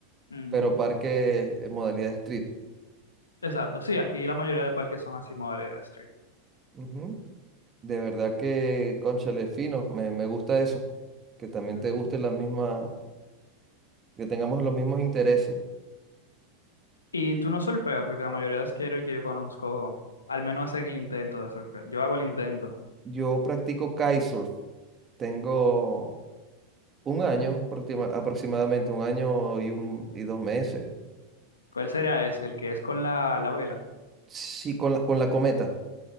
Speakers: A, on the left; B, on the right.
A: Ujú.
B: pero parque en modalidad street.
A: Exacto. Sí, aquí la mayoría de parques son así, modalidad street.
B: Ujú. De verdad que, cónchale, fino, me, me gusta eso, que también
A: Ujú.
B: te guste la misma, que tengamos los mismos intereses.
A: Y tú no surfeas, porque la mayoría de skaters que yo conozco, al menos hacen el intento de surfear. Yo hago el intento.
B: Yo practico kitesurf, tengo un año, aproxima- aproximadamente un año y, un, y dos meses.
A: ¿Cuál será ese? ¿El que es con la, la vela?
B: Sí, con la, con la cometa.